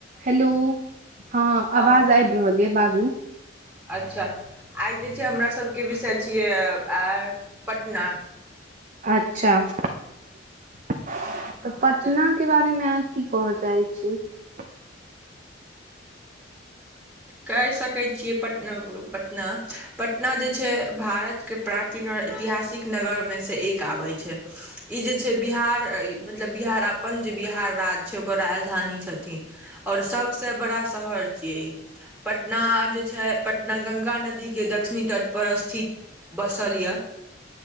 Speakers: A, on the right; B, in the centre.
A: Hello <unintelligible> हँ
B: हँ
A: आवाज आबि रहल यऽ बाजू।
B: अच्छा आइ जे छै हमर सभके विषय छियै आ पटना। <unintelligible>
A: अच्छा। <unintelligible> तऽ
B: हँ
A: पटना
B: तऽ
A: के बारेमे आ। <unintelligible> की कह जाइ छै। <unintelligible>
B: कहि सकै छियै पटना -पटना- पटना जे छै भारतके प्राचीन आओर ऐतिहासिक नगरमे सँ एक आबै छै ई जे छै बिहार मतलब बिहार अपन जे बिहार राज्य छै ओकर राजधानी छथिन आओर सभसँ बड़ा शहर छियै ई। पटना जे छै पटना गंगा नदी के दक्षिणी तट पर स्थित बसल ये-